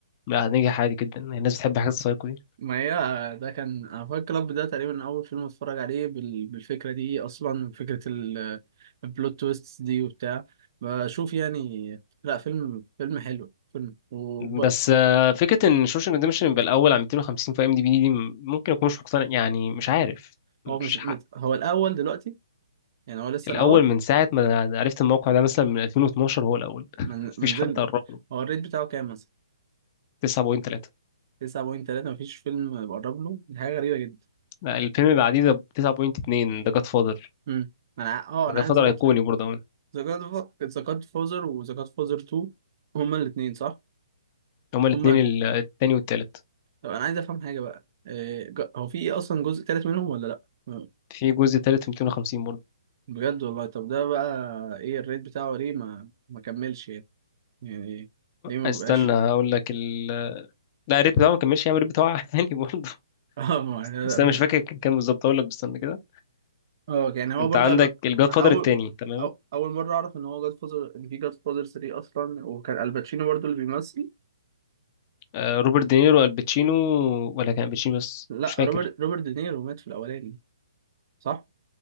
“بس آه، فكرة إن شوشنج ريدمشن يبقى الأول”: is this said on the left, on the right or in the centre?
Left